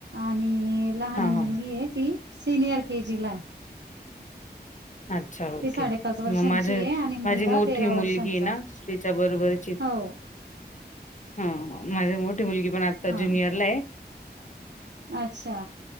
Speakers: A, on the right; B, on the left.
A: आणि लहान
B: हा
A: मुलगी
B: हा
A: आहे ती सीनियर के जी ला आहे.
B: अच्छा ओके
A: ती साडेपाच वर्षांची
B: मग माझ
A: आहे आणि मुलगा
B: माझी मोठी
A: तेरा वर्षांचा
B: मुलगी ना तिच्या बरोबर
A: हो
B: <unintelligible> माझी मोठी मुलगी पण आता
A: हा
B: ज्युनियरला आहे.
A: अच्छा